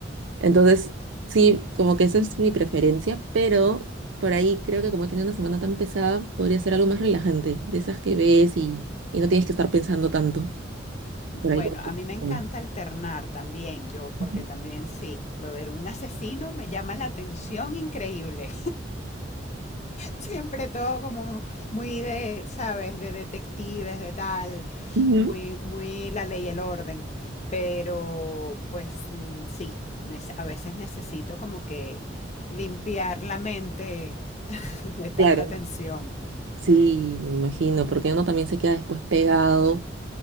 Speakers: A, on the right (about 80°); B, on the left (about 40°).
A: Entonces, sí, como que esa es mi preferencia, pero por ahí creo que como he tenido una semana tan pesada, podría ser algo más relajante, de esas que ves y, y no tienes que estar pensando tanto. Por
B: Bueno,
A: ahí. como
B: a mí me encanta
A: que-
B: alternar también, yo, porque
A: Ujú.
B: también sí, lo de un asesino me llama la atención increíble. Siempre todo como muy de, ¿sabes? De detectives, de tal,
A: Ujú.
B: muy, muy la ley y el orden. Pero pues mm, sí, nes- a veces necesito como que limpiar la mente <laughs> de tanta
A: Claro,
B: tensión.
A: sí, me imagino, porque uno también se queda después pegado